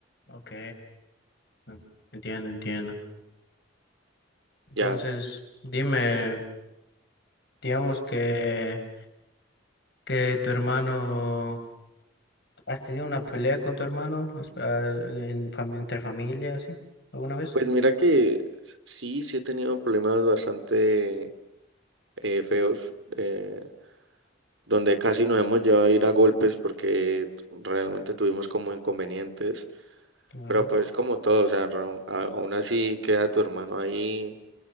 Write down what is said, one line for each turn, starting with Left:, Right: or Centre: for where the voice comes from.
Left: Ok. Mm, Entiendo, entiendo. Entonces,
Right: Ya.
Left: dime, digamos que, que tu hermano, ¿has tenido una pelea con tu hermano ¿Has- ah, en fam- entre familia, así, alguna vez?
Right: Pues mira que sí, sí he tenido problemas bastante eh, feos, eh, donde casi nos hemos llevado a ir a golpes porque realmente tuvimos como inconvenientes,
Left: Claro.
Right: pero pues como todo, o sea, ra- a- aún así queda tu hermano ahí,